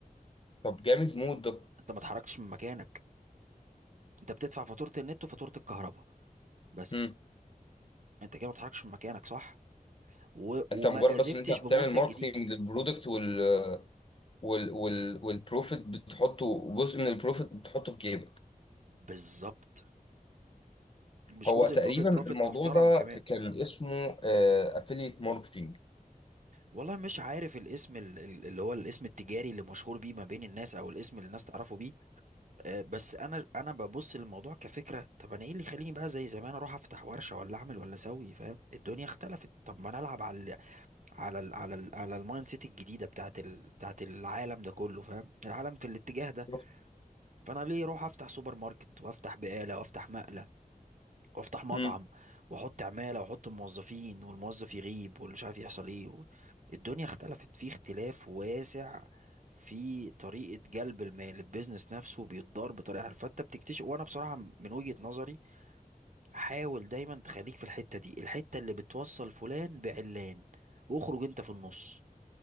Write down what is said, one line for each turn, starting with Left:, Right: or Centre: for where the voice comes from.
Left: طب جامد مود ده
Right: انت ما اتحركتش من مكانك انت بتدفع فاتورة النت وفاتورة الكهرباء بس
Left: مم.
Right: انت كده ما اتحركش من مكانك صح و... وما
Left: انت مجرد
Right: جازفتش
Left: بس ان انت بتعمل
Right: بمنتج
Left: ماركتنج
Right: جديد
Left: للبرودكت وال وال وال والبروفيت بتحطه جزء من البروفيت بتحطه في جيبك
Right: بالظبط مش
Left: هو
Right: جزء
Left: تقريبا
Right: من بروفيت بروفيت
Left: الموضوع
Right: محترم
Left: ده
Right: كمان
Left: كان اسمه افيليت ماركتنج
Right: والله مش عارف الاسم ال- ال- اللي هو الاسم التجاري اللي مشهور بيه ما بين الناس او الاسم اللي الناس تعرفه بيه آه، بس انا انا ببص للموضوع كفكره طب انا ايه اللي يخليني بقى زي زمان اروح افتح ورشه ولا اعمل ولا اسوي فاهم الدنيا اختلفت طب ما انا العب على ال على ال على ال على المايند سيت الجديده بتاعت ال بتاعت العالم ده كله فاهم العالم في الاتجاه ده
Left: بالظبط
Right: فانا ليه اروح افتح سوبر ماركت وافتح بقاله وافتح مقلب وافتح مطعم
Left: مم.
Right: واحط عماله واحط موظفين والموظف يغيب واللي مش عارف يحصل ايه و... الدنيا اختلفت في اختلاف واسع في طريقه جلب المال البيزنس نفسه بيتضار بطريقه حلوه فانت بتكتشف وانا بصراحه من وجهه نظري حاول دايما تخليك في الحته دي الحته اللي بتوصل فلان بعلان واخرج انت في النص